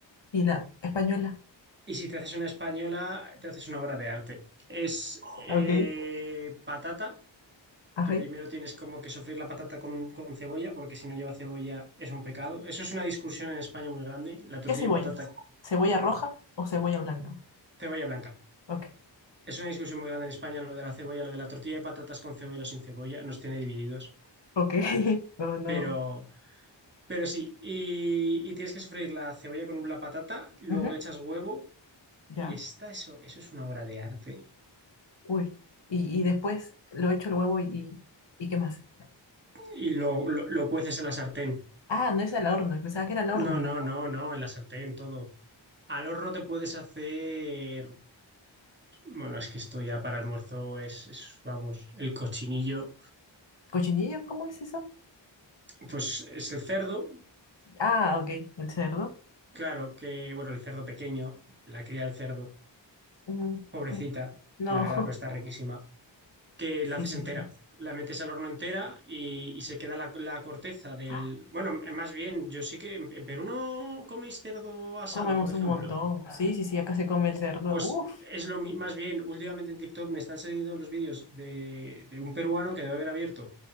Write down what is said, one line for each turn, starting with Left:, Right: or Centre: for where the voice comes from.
Left: Y la española.
Right: Y si te haces una española, te haces una obra de arte. Es
Left: Ok.
Right: eh, patata,
Left: Ajá.
Right: que primero tienes como que sofreír la patata con, un- con cebolla, porque si no lleva cebolla es un pecado. Eso es una discusión en España muy grande, la tortilla
Left: ¿Qué cebolla?
Right: de patata,
Left: ¿Cebolla roja o cebolla blanca?
Right: cebolla blanca.
Left: Ok.
Right: Es una discusión muy grande en España lo de la cebolla, lo de la tortilla de patatas con cebolla o sin cebolla, nos tiene divididos.
Left: Ok, <laughs> no, no.
Right: Pero, pero sí, y, y tienes que sofreír la cebolla con la patata, luego
Left: Ujú,
Right: le echas huevo
Left: Ya.
Right: y está eso, eso es una obra de arte.
Left: Uy. Y, y después lo echo el huevo y, ¿y qué más?
Right: Y lo, lo, lo cueces en la sartén.
Left: Ah, no es al horno. Pensaba que era al horno.
Right: No, no, no, no, en la sartén, todo. Al horno te puedes hacer, bueno, es que esto ya para almuerzo es, es, vamos, el cochinillo,
Left: ¿Cochinillo? ¿Cómo es eso?
Right: pues es el cerdo,
Left: Ah, ok. El cerdo.
Right: claro, que, bueno, el cerdo pequeño, la cría del cerdo,
Left: Mm,
Right: pobrecita,
Left: mm. No.
Right: la verdad, pero está
Left: <laughs>
Right: riquísima. que
Left: Sí,
Right: la haces
Left: sí,
Right: entera.
Left: sí. sí.
Right: La metes al horno entera y, y se queda la, la corteza del...
Left: ¡Ah!
Right: Bueno, más bien, yo sí que en, en Perú no coméis cerdo asado,
Left: Comemos
Right: por ejemplo.
Left: un montón. Sí, sí, sí. Acá se come el cerdo.
Right: Pues
Left: Uf.
Right: es lo mi- más bien, últimamente en TikTok me están saliendo los vídeos de, de un peruano que debe haber abierto